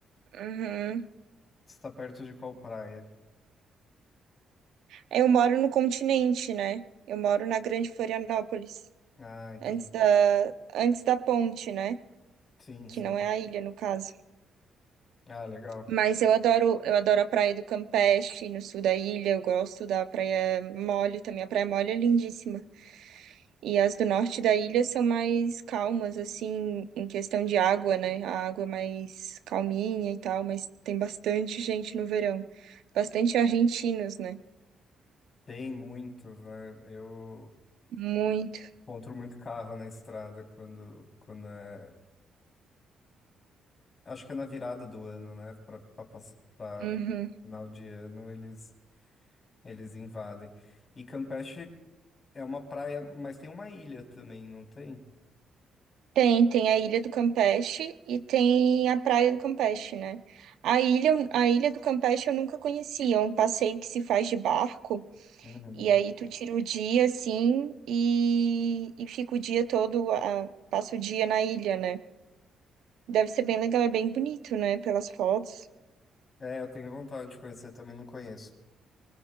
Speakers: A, on the right; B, on the left.
A: uhum.
B: Você está perto de qual praia?
A: Eu moro no continente, né? Eu moro na Grande Florianópolis,
B: Ah, entendi.
A: antes da, antes da ponte, né?
B: Sim,
A: Que
B: sim.
A: não é a ilha, no caso.
B: Ah, legal.
A: Mas eu adoro, eu adoro a praia do Campeche, no sul da ilha. Eu gosto da Praia Mole também. A Praia Mole é lindíssima. E as do norte da ilha são mais calmas, assim, em questão de água, né? A água é mais calminha e tal, mas tem bastante gente no verão. Bastante argentinos, né?
B: Tem muitos, né? Eu
A: Muito.
B: encontro muito carro na estrada quando, quando é... Acho que é na virada do ano, né? Para para
A: Uhum.
B: final de ano eles, eles invadem. E Campeche é uma praia, mas tem uma ilha também, não tem?
A: Tem, tem a Ilha do Campeche e tem a Praia do Campeche, né? A ilha, a Ilha do Campeche eu nunca conhecia, é um passeio que se faz de barco,
B: Uhum.
A: e aí tu tira o dia, assim, e, e fica o dia todo, ah, passa o dia na ilha, né? Deve ser bem legal, é bem bonito, né? Pelas fotos.
B: É, eu tenho vontade de conhecer, também não conheço.